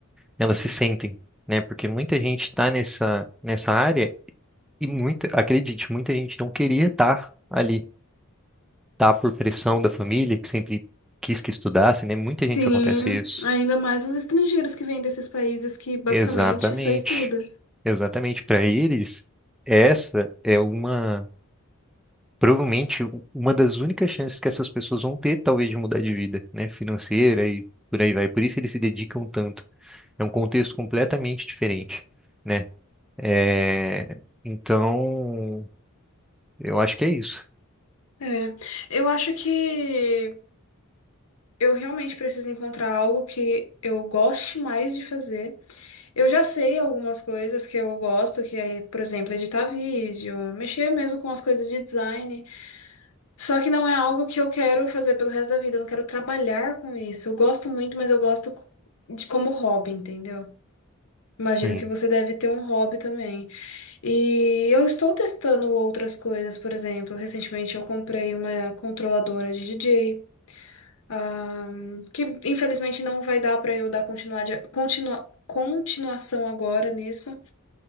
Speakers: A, in the centre; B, on the left (about 80°).
A: elas se sentem, né? Porque muita gente está nessa, nessa área e muita, acredite, muita gente não queria estar ali tá por pressão da família, que sempre quis que estudasse, né? Muita gente
B: Sim,
A: acontece isso.
B: ainda mais os estrangeiros que vêm desses países que basicamente
A: Exatamente.
B: só estuda.
A: Exatamente. Para eles, essa é uma, provavelmente, u- uma das únicas chances que essas pessoas vão ter, talvez, de mudar de vida, né? Financeira e por aí vai. Por isso eles se dedicam tanto. É um contexto completamente diferente, né? É, Então, eu acho que é isso.
B: É, eu acho que eu realmente preciso encontrar algo que eu goste mais de fazer. Eu já sei algumas coisas que eu gosto, que é, por exemplo, editar vídeo, mexer mesmo com as coisas de design. Só que não é algo que eu quero fazer pelo resto da vida, eu não quero trabalhar com isso. Eu gosto muito, mas eu gosto co- de como hobby, entendeu? Imagino
A: Sim,
B: que você deve ter um hobby também. E eu estou testando outras coisas, por exemplo, recentemente eu comprei uma controladora de DJ, ah, que infelizmente não vai dar para eu dar continuidade, continua, continuação agora nisso.